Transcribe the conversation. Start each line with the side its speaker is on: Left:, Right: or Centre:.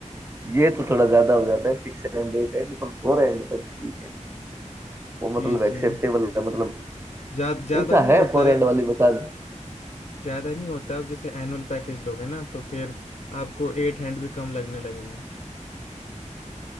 Right: ये तो थोड़ा ज्यादा हो जाता है सिक्स एंड एट एंड पर फोर एंड तक ठीक है वो
Left: जी
Right: मतलब एक्सेप्टेबल
Left: जी
Right: है मतलब
Left: जा, ज्यादा
Right: इंचा
Left: नहीं
Right: है
Left: होता
Right: फोर एंड
Left: है
Right: वाली बता
Left: ज्यादा नहीं होता है। आप जैसे एनुअल पैकेज लोगे ना तो फिर आपको एट हैंड भी कम लगने लगेंगे